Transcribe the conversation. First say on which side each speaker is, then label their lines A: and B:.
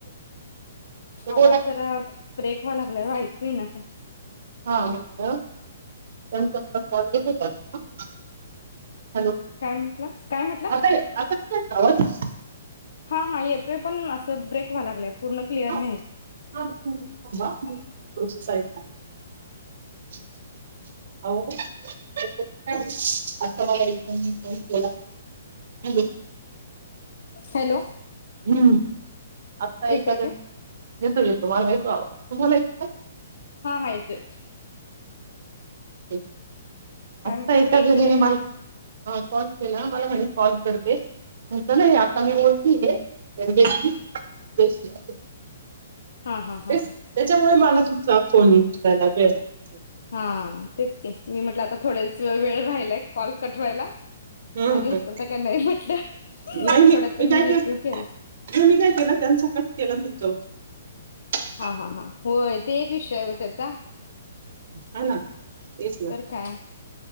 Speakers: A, on the right; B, on the left.
A: तुम्हाला
B: आवाज जरा ब्रेक व्हाय लागला ऐकू येई ना काय.
A: <unintelligible>
B: काय म्हटलं? काय म्हटलं?
A: आता <inaudible>
B: हा, हा येतोे पण असं ब्रेक व्हाय लागला ये पूर्ण क्लिअर
A: हा
B: नाही येत.
A: हा, दोन मिनिट थांबा मी थोडंसं <unintelligible> हॅलो.
B: हॅलो.
A: हम्म आता
B: येतय
A: ऐका
B: काय?
A: तर येतो येतो मला येतो आवाज तुम्हाला येतो ये?
B: हा हा येतो ये.
A: <unintelligible>
B: काय
A: आत्ता
B: म्हटलं
A: एका
B: एक
A: जणी
B: जण
A: ने मला हा कोण? मला, मला म्हणे कॉल करते चांगली व्यक्ती आहे त्यांच्याशी <unintelligible>
B: हा हा हा
A: तेच, त्याच्या त्याच्यामुळे मला तुमचा फोन उचलायला वेळ लागतो.
B: हां, तेच तेच मी म्हटलं आता थोडाच वेळ राहिलाय कॉल कट व्हायला.
A: हं
B: आणि
A: हं
B: उचलता का नाही म्हटलं
A: नाही मी,
B: थोडा तुम्ही
A: मी काय
B: रिसिव्ह केला
A: केलं त्यांचा कट केला तुमचा उचलला
B: हा हा हा. होय, ते एक विषय हो त्याचा.
A: हा ना. तेच ना
B: तर काय?